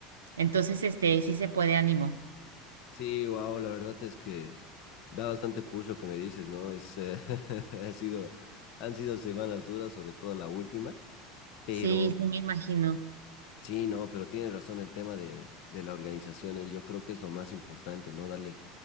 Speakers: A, on the right; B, on the left.
A: Entonces, este, sí se puede, ánimo.
B: Sí, wow, la verdad es que da bastante push lo que me dices, ¿no? Es, eh, <laughs> ha sido, han sido semanas duras, sobre todo la última, pero
A: Sí, sí me imagino.
B: sí, no, pero tienes razón el tema de, de la organización, eh, yo creo que es lo más importante, ¿no? Darle,